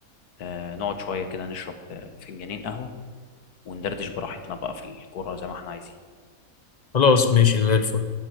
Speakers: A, on the left (about 80°); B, on the left (about 35°).
A: آه نقعد شويه كده نشرب آه، فنجانين قهوه وندردش براحتنا بقى في الكوره زي ما احنا عايزين
B: خلاص ماشي زي الفل